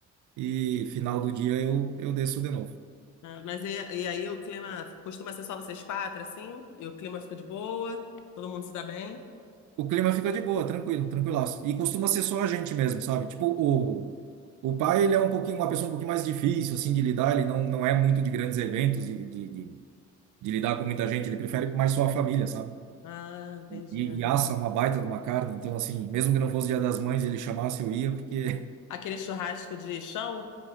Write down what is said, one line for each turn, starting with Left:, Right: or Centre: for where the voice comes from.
Right: e final do dia eu, eu desço de novo.
Left: Ah, Mas e, e aí o clima costuma ser só vocês quatro, assim? E o clima fica de boa? Todo mundo se dá bem?
Right: O clima fica de boa, tranquilo, tranquilaço. E costuma ser só a gente mesmo, sabe? Tipo, o, o pai, ele é um pouquinho, uma pessoa um pouquinho mais difícil, assim, de lidar, ele não, não é muito de grandes eventos, de, de, de, de lidar com muita gente, ele prefere mais só a família, sabe?
Left: Ah, entendi.
Right: E, e assa uma baita de uma carne, então, assim, mesmo que não fosse Dia das Mães, ele chamasse, eu ia, porque
Left: Aquele churrasco de chão, que